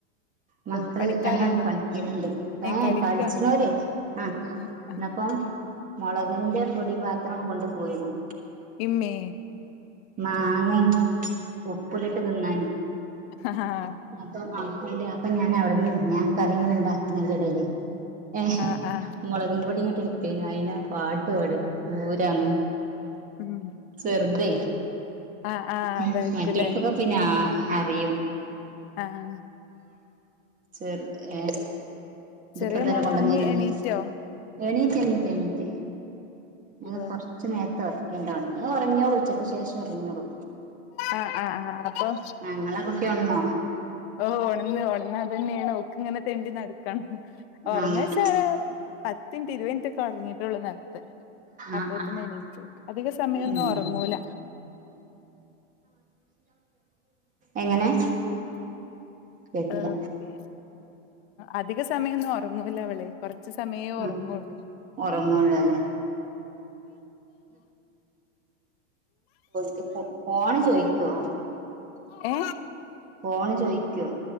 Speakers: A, on the right; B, on the left.
A: മക്കള്
B: ഓ പണിക്കാരുണ്ടോ
A: രണ്ടാളും കളിക്കുന്നുണ്ട്
B: ഏ
A: ആഹ്
B: കളിക്കാണോ
A: കളിച്ചണൂലേ ആഹ്
B: ആ ആ
A: എന്നപ്പം. മൊളകിന്റെ പൊടിപാത്രം കൊണ്ട് പോയിന്-
B: ഇമ്മേ-
A: മാങ്ങ ഒപ്പിലിട്ട് തിന്നാനേ-
B: ആഹ ആഹ്
A: അപ്പ ആഹ് അതെ അപ്പൊ ഞാൻ അവിടുന്ന് ഞാൻ കറി ഇങ്ങനെ ഉണ്ടാക്ക്ന്നേന്റെ ഇടലേ- ഏ
B: ആ ആ
A: മുളകും പൊടി ഇങ്ങോട്ട എടുത്തേന് അയിന പാട്ട്പാട പൂരാണ്.
B: ഉം.
A: ചെർതെ-
B: ആഹ് ആഹ്
A: ഉം
B: അതായിരിക്കുംല്ലേ
A: മറ്റൊൾക്കൊക്കെ പിന്നെ അ അറിയും.
B: ആഹ്
A: ചെർ ഏ ഇതപ്പ
B: ചെറിയ
A: തന്നെ
B: മോള്
A: കൊണ്ടുവന്നായിന്ന്.
B: ഒറങ്ങി എണീറ്റോ
A: എണീറ്റ് എണിറ്റെണീറ്റ്. അത്
B: ഓഹ്
A: കുറച്ചുനേരത്തെ വരക്കേണ്ടതാണ് ഞൻ ഉറങ്ങിയോളൂ ഉച്ചയ്ക്ക് ശേഷം ഉറങ്ങിയോളൂ.
B: ആഹ് ആഹ് ആഹ് അപ്പൊ-
A: ഞങ്ങളെ കുട്ടിയല്ല-
B: ഓ ഉഓണന്ന് ഉണന്ന് അത തന്നെയാണ് ഓക്ക് ഇങ്ങനെ തെണ്ടി നടക്കണം ഉറങ്ങൊ
A: ആഹ്
B: സാധാ- പത്തിൻറ്റ് ഇരുപതിനിറ്റ് ഒക്കെ ഉടങ്ങിട്ടേള്ള് നേരത്തെ- അപ്പൊതേന്നും
A: ആഹ് ആഹ്
B: എണീറ്റ് അധിക സമയൊന്നും
A: ഉം
B: ഉറങ്ങൂല.
A: എങ്ങനെ? കേട്ടില്ല
B: ഓ പി അധിക സമയൊന്നും ഉറങ്ങൂല്ല അവള്. കൊറച്ചു സമയേ
A: ആ
B: ഒറങ്ങുള്ളൂ.
A: ഒറങ്ങുള്ളൂ അല്ലെ ക്ക് പോണ് ചോയ്ക്ക്യോ?
B: ഏ
A: ഫോണ് ചോയ്ക്കോ?